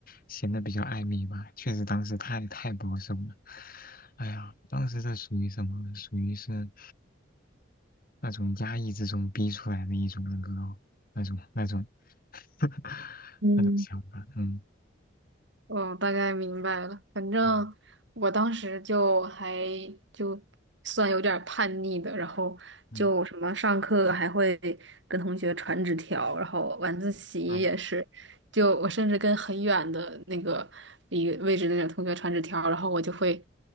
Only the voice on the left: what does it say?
显得比较暧昧吧。确实当时太太保守了，哎呀，当时这属于什么？属于是。那种压抑之中逼出来的一种那个那种那种 <laughs>
那种想法，嗯
嗯
嗯
嗯